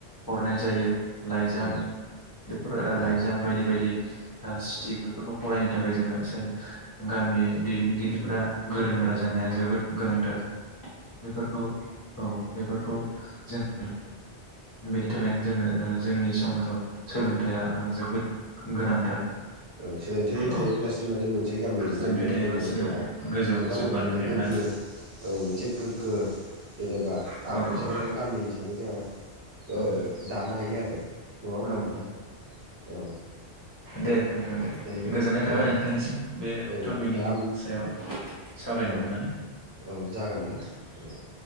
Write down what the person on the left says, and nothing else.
हरनाय जायो लाइजाम
बेफोर
लाइजाम बायदि बायदि ओ सिटिक बेफोरखौ फरायनो थाखाय जोङो गामि दैदेनगिरिफोरा गोरों गोरा जानाया जोबोद गोनांथार । बेफोरखौ औ बेफोरखौ जोङो बेनि थाखायनो जोङो ओ जोंनि समाजाव सोलोंथाइया जोबोद गोनांथार
औ
सोलोंथाइ थायोबासो
गोजौ
जौगानो
हागोन
आरो
औ
औ
औ
दे नोंथां दे
गोजोननाय थाबाय
नोंथांनिसिम बे
टपिकनि
सायाव सावरायनो
मोननानै